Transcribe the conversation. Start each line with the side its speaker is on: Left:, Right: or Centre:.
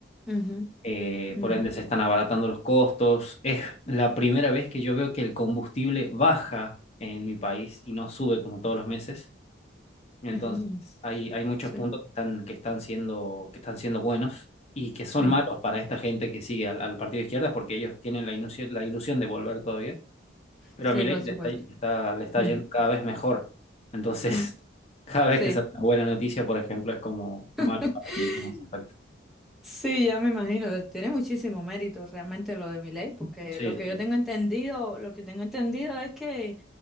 Centre: Ujú,
Left: eh,
Centre: ujú,
Left: por ende se están abaratando los costos. Es la primera vez que yo veo que el combustible baja en mi país y no sube como todos los meses. Entonces
Centre: mm,
Left: hay, hay muchos
Centre: Sí.
Left: puntos que están, que están siendo, que están siendo buenos y que son
Centre: Sí.
Left: malos para esta gente que sigue al, al partido de izquierda porque ellos tienen la ilusión, la ilusión de volver todavía. Pero
Centre: Sí,
Left: a Milei
Centre: por
Left: le
Centre: supuesto.
Left: está, le está, le está
Centre: Ujú,
Left: yendo cada vez mejor. Entonces,
Centre: mm,
Left: <laughs> cada vez
Centre: Sí.
Left: que sale una buena noticia, por ejemplo, es como malo
Centre: <laughs>
Left: para ellos en ese aspecto.
Centre: Sí, ya me imagino, tiene muchísimo mérito realmente lo de Milei, porque
Left: Sí,
Centre: lo que
Left: sí,
Centre: yo tengo entendido, lo que tengo entendido es que,